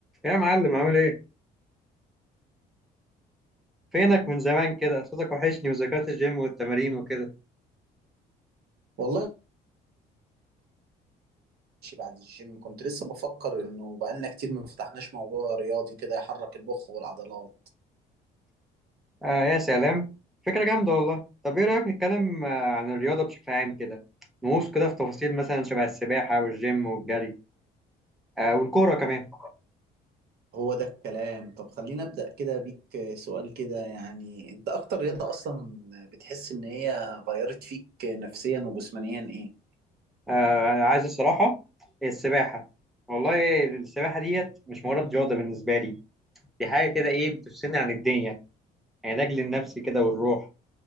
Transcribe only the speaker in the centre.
يا معلم عامل ايه؟ فينك من زمان كده؟ صوتك وحشني وذكريات الجيم والتمارين وكده.
آه يا سلام، فكرة جامدة والله. طب ايه رأيك نتكلم آه، عن الرياضة بشكل عام كده؟ نغوص كده في تفاصيل مثلا شبه السباحة والجيم والجري آه والكورة كمان.
آه عايز الصراحة السباحة. والله السباحة ديت مش مجرد رياضة بالنسبة لي، دي حاجة كده ايه بتفصلني عن الدنيا، علاج للنفس كده والروح.